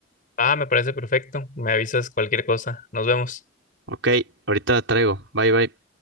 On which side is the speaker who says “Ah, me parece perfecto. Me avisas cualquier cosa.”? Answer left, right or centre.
Left